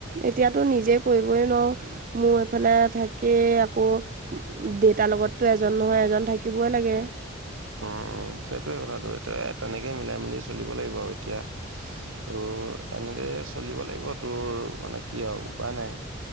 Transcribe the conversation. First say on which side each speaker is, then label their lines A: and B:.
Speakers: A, on the right (about 40°); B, on the right (about 75°).
A: এতিয়াতো নিজে কৰিবই নোৱাৰো মোৰ এইফালে। থাকে আকৌ দেউতাৰ লগতো এজন নহয় এজন থাকিবই লাগে।
B: উম উম সেইটোৱে কথাটোৰ এইটো তেনেকে মিলাই মেলি চলিব লাগিব আৰু এতিয়া তোৰ এনেদ চলিব লাগিব তোৰ মানে কি আৰু উপায় নাই